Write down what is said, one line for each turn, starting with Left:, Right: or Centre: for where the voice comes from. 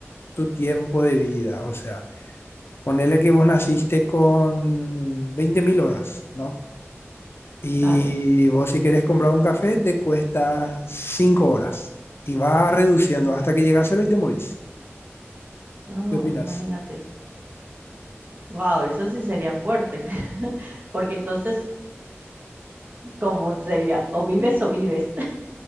Left: tu tiempo de vida, o sea, ponele que vos naciste con 20.000 horas, ¿no? Y
Right: Dale.
Left: vos si querés comprar un café te cuesta 5 horas y va reduciendo hasta que llega a cero y te morís.
Right: No,
Left: ¿Qué opinas?
Right: imagínate. Wow, eso sí sería fuerte. <laughs> Porque entonces, ¿cómo sería? O vives o vives.